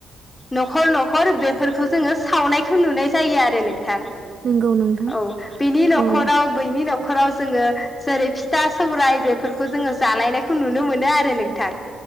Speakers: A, on the left (about 15°); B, on the right (about 55°).
A: नखर नखर बेफोरखौ जोङो सावनायखौ नुनाय जायो आरो नों थां
B: नंगौ नोंथां
A: औ। नखराव
B: औ
A: बैनि। नि न'खराव जोङो जेरै फिथा सौराय बेफोरखौ जोङो जालायनायखौ नुनो मोनो आरो नोंथां।